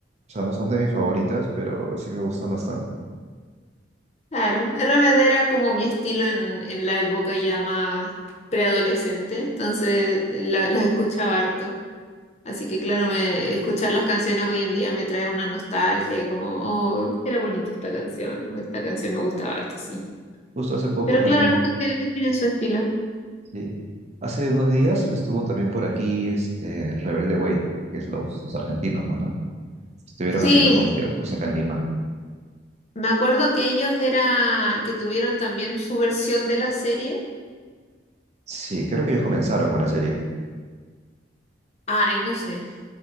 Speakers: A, on the right; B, on the left.
A: sea, no son de mis favoritas, pero sí me gustan bastante.
B: claro. RBD era como mi estilo en, en la época ya más preadolescente, entonces la- las escuchaba harto. Así que claro, me, escuchar las canciones hoy en día me trae una nostalgia, y como, oh, era bonita esta canción, o esta canción me gustaba harto, sí.
A: Justo hace poco
B: Pero
A: también,
B: claro, las canciones tienen su estilo.
A: sí. Hace unos días estuvo también por aquí este Rebelde Way, que es los, los argentinos, pues, ¿no? Estuvieron
B: Sí,
A: haciendo conciertos acá en Lima.
B: me acuerdo que ellos era, que tuvieron también su versión de la serie.
A: Sí, creo que ellos comenzaron con la serie.
B: Ay, no sé.